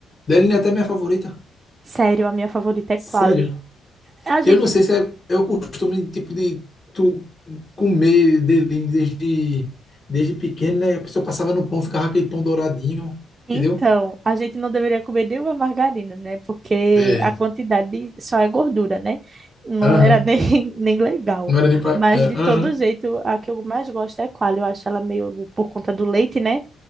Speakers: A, on the left; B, on the right.
A: Deline é até minha favorita.
B: Sério, a minha favorita é
A: Sério.
B: Quali. A gente
A: Eu não sei se é, é o costume, tipo, de tu comer Deline desde, desde pequeno, né? A pessoa passava no pão, ficava aquele pão douradinho, entendeu?
B: Então, a gente não deveria comer nenhuma margarina, né? Porque
A: É.
B: a quantidade só é gordura, né? Não
A: Aham.
B: era nem, <laughs> nem legal.
A: Não era nem pra.
B: Mas,
A: é,
B: de
A: Aham.
B: todo jeito, a que eu mais gosto é a Qualy. Eu acho ela meio por conta do leite, né?